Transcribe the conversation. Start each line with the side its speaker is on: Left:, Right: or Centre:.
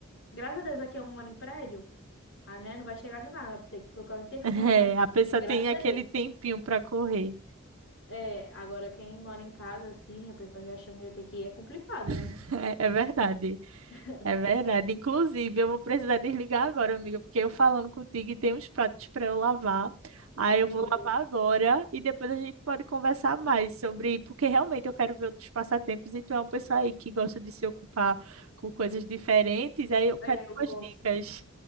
Left: graças a Deus aqui eu moro em prédio, a né, não vai chegar do nada, tem que tocar o interfone.
Right: <laughs> é, a pessoa
Left: Graças
Right: tem aquele
Left: a Deus.
Right: tempinho para correr,
Left: É, agora quem mora em casa, assim, a pessoa já chama de ETQ, é complicado, né?
Right: <laughs> é, é verdade.
Left: <laughs>
Right: É verdade. Inclusive, eu vou precisar desligar agora, amiga, porque eu falando contigo e tem uns pratos para eu lavar. Aí
Left: Meu
Right: eu vou
Left: Deus.
Right: lavar agora e depois a gente pode conversar mais sobre, porque realmente eu quero ver outros passatempos e tu é uma pessoa aí que gosta de se ocupar com coisas diferentes, aí eu quero
Left: É, eu
Right: umas
Left: gosto.
Right: dicas.